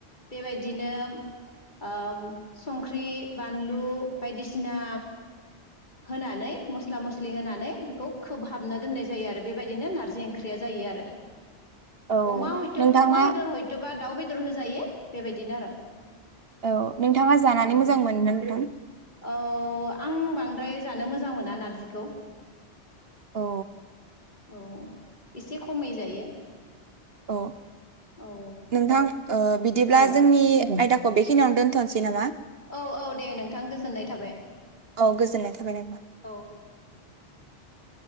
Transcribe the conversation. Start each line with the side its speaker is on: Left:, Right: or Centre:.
Left: बेबायदिनो । ओ संख्रि बानलु बायदिसिना। होनानै मस्ला मस्लि होनानै बेखौ खोबहाबना दोननाय जायो आरो बेबायदिनो नारजि ओंख्रिया जायो आरो ।
Right: औ
Left: अमा हयथ'
Right: नोंथाङा
Left: अमा बेदर हयथ'बा दाउ बेदर होजायो बेबायदि। बिदिनो आरो।
Right: औ नोंथाङा जानानै
Left: औ
Right: मोजां मोनो ना नोंथां?
Left: औ आं बांद्राय जानो मोजां मोना । नारजिखौ ।
Right: औ
Left: औ एसे खमै जायो।
Right: औ
Left: औ
Right: नोंथां ओ बिदिब्ला
Left: औ
Right: जोंनि आयदाखौ । बेखिनि आवनो दोनथ'नोसै नामा?
Left: औ औ दे नोंथां गोजोननाय थाबाय
Right: औ गोजोननाय थाबाय नोंथां
Left: औ ।